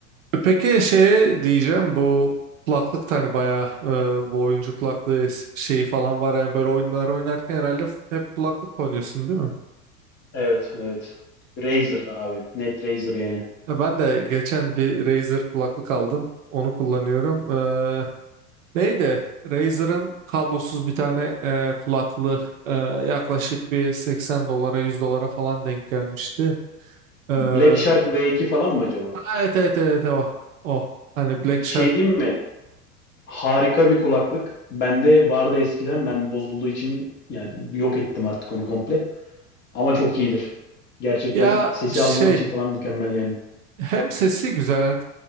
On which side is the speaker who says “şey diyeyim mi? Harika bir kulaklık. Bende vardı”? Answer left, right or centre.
Left